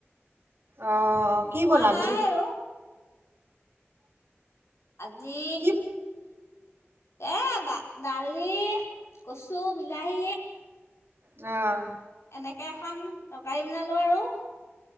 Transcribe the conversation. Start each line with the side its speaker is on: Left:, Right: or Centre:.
Right: অ
Left: কোৱা
Right: কি বনালি
Left: নাই আৰু। আজি
Right: কি
Left: এ দা দালি কছো বিলাহী।
Right: অ',
Left: এনেকে এখন তৰকাৰী বনালো আৰু